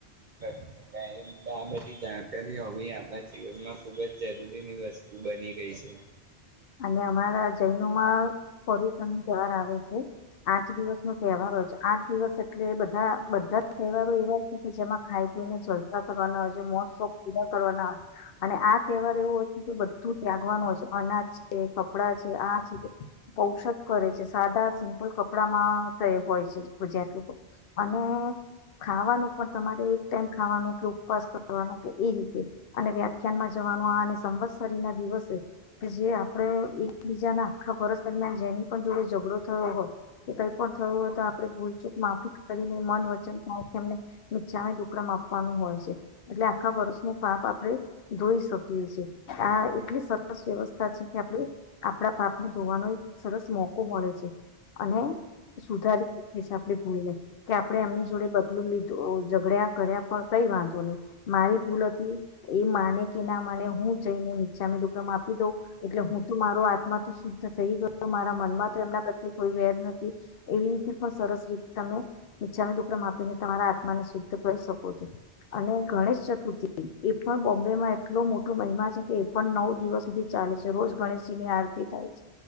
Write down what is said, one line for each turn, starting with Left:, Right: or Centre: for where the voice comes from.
Right: <unintelligible> આ બધી જાણકારી હોવી આપણા જીવનમાં ખુબ જ જરૂરીની વસ્તુ બની ગઈ છે.
Left: અને અમારા જૈનમાં પર્યટન નો તહેવાર આવે છે આઠ દિવસ નો તહેવાર હોય છે આઠ દિવસ એટલે બધા બધા તહેવારો એવા છે કે જેમાં ખાઈ પીને જલસા કરવાના હોય છે મોજસોખ પૂરા કરવાના હોય અને આ તહેવાર એવો હોય છે કે બધું ત્યાગવાનું હોય છે અનાજ કપડા છે આ છે ઔષધ કરે છે સાદા સિમ્પલ કપડામાં હોય છે જે લોકો અને ખાવાનું પણ તમારે એક ટાઈમ ખાવાનું કે ઉપવાસ કરવાનું કે એ રીતે અને વ્યાખ્યાનમાં જવાનું આ અને સંવત્સરી ના દિવસે કે જે આપણે એકબીજાના આખા વર્ષ દરમિયાન જેની પણ જોડે ઝઘડો થયો હોય કે કઈ પણ થયું હોય તો આપણે ભૂલચૂક માફી કરીને મન વચન એમને નીચામે દુકડામાં આપવાનું હોય છે એટલે આખા વર્ષનું પાપ આપણે ધોઈ શકીએ છે આ એટલી સરસ વ્યવસ્થા છે. કે આપણે આપડા પાપને ધોવાનો એક સરસ મોકો મળે છે અને સુધારી શકીએ છે આપણી ભૂલને કે આપણે એમની જોડે બદલું લીધું ઝઘડ્યા કર્યા પણ કઈ વાંધો નહી મારી ભૂલ હતી એ માને કે ના માને હું જઈને નીચામે દુકમાં આપી દઉં એટલે હું તો મારો આત્મા તો શુદ્ધ થઈ ગયો મારા મનમાં તો એમના પ્રત્યે કોઈ વેર નથી એવી રીતે પણ સરસ રીતે તમે ઈચ્છા દુકડમ આપીને તમારા આત્માને શુદ્ધ કરી શકો છો અને ગણેશ ચતુર્થી એ પણ બોમ્બેમાં એટલો મોટો મહિમા છે કે એ પણ નવ દિવસ સુધી ચાલે છે. રોજ ગણેશજીની આરતી થાય છે